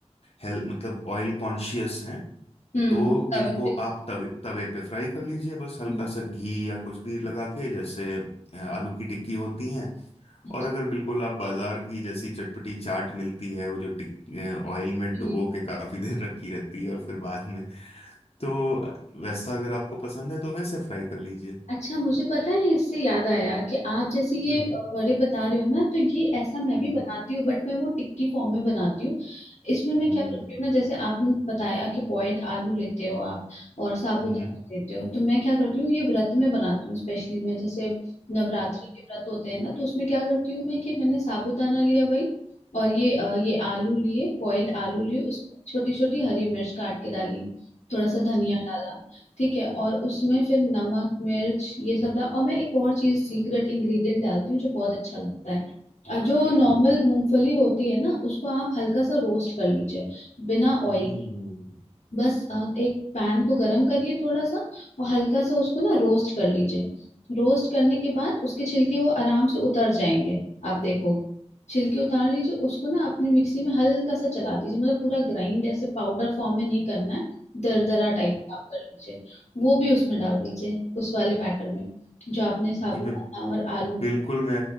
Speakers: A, on the left; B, on the left.
A: हेल्थ मतलब ऑयल कॉन्शियस हैं
B: हम्म
A: तो
B: कभी
A: इनको
B: भी सीख-
A: आप तवे तवे पे फ्राई कर लीजिए बस हल्का
B: हम्म,
A: सा घी या कुछ भी लगा के जैसे अ, आलू की टिक्की होती हैं
B: अच्छा,
A: और अगर बिल्कुल आप बाजार की जैसी चटपटी चाट मिलती है वो जो टिक ऑयल में
B: ठीक
A: डुबो के काफी देर रखी रहती है और फिर बाद में तो वैसा अगर आपको पसंद है तो वैसे फ्राई कर लीजिए
B: अच्छा मुझे पता है इससे याद आया कि आप जैसे ये
A: हम्म
B: अ, वड़े बता रहे हो ना तो ये ऐसा मैं
A: हम्म
B: भी बनाती हूँ बट मैं वो टिक्की फॉर्म में बनाती हूँ इसमें मैं
A: हम्म
B: क्या करती हूँ ना जैसे आपने बताया कि बॉइल्ड आलू लेते हो आप और साबूदाना
A: हम्म
B: लेते हो तो मैं क्या करती हूँ ये व्रत में बनाती हूँ स्पेशली मैं जैसे नवरात्रि के व्रत होते हैं ना तो उसमें क्या करती हूँ मैं कि मैंने साबूदाना लिया भाई और ये अ, ये आलू लिए बॉइल्ड आलू लिए उस छोटी छोटी हरी मिर्च काट के डाली थोड़ा सा धनिया डाला ठीक है और उसमें फिर नमक मिर्च ये सब डाल और मैं एक और चीज सीक्रेट इंग्रेडिएंट डालती हूँ जो बहुत अच्छा लगता है अ, जो नॉर्मल मूंगफली होती है ना उसको आप हल्का सा रोस्ट कर लीजिए बिना
A: うんうんうんうんうんうんうんजी
B: ऑयल बस अ, एक पैन को गरम करिए थोड़ा सा और हल्का सा उसको ना रोस्ट कर लीजिए रोस्ट करने के बाद उसके छिलके वो आराम से उतर जाएंगे आप देखो छिलके उतार लीजिए उसको ना अपनी मिक्सी में हल्का सा चला दीजिए मतलब पूरा ग्राइंड ऐसे पाउडर फॉर्म में नहीं करना है दरदरा टाइप का आप कर लीजिए वो भी उसमें डाल दीजिए उस वाले बैटर में जो आपने साबुदाना
A: मैं
B: और आलू
A: बिल्कुल मैं